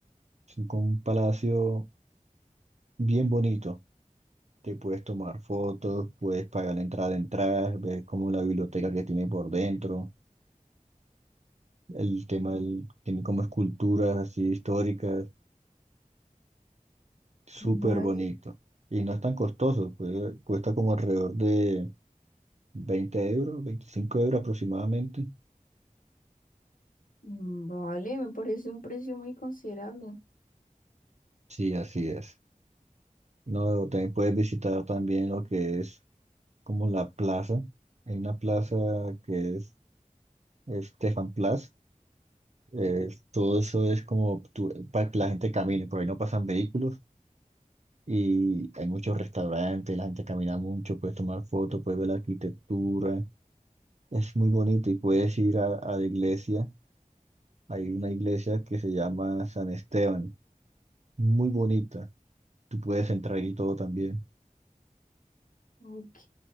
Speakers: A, on the right (about 55°); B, on the left (about 80°).
A: es un- como un palacio bien bonito. Te puedes tomar fotos, puedes pagar la entrada de entrar, ves como la biblioteca que tiene por dentro El tema
B: Ok.
A: del- tiene como esculturas así históricas, súper
B: Vale,
A: bonito. Y no es tan costoso, pues cuesta como alrededor de 20 euros, 25 euros aproximadamente.
B: Mm, vale, me parece un precio muy considerable.
A: Sí, así es. No, también puedes visitar también lo que es como la plaza. Hay una plaza que es Stefan Plaza. Eh, todo eso es como tu- para que la gente camine, por ahí no pasan vehículos y hay muchos restaurantes, la gente camina mucho, puedes tomar fotos, puedes ver la arquitectura, Es muy bonito y puedes ir a, a la iglesia. Hay una iglesia que se llama San Esteban, muy bonita. Tú puedes entrar y todo también.
B: Ok,